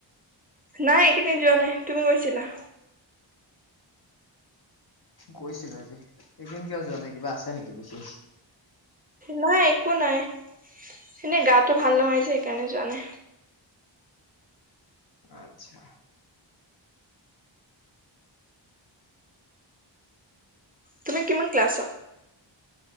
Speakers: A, on the right; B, on the left.
A: নাই এইকেইদিন যোৱা নাই। তুমি গৈছিলা?
B: গৈছিলো আজি এদিন কিয় যোৱা নাই কিবা আছে নেকি বিশেষ।
A: নাই একো নাই এনেই গাটো ভাল নহয় যে সেইকাৰণে যোৱা নাই।
B: আচ্ছা।
A: তুমি কিমান ক্লাছত।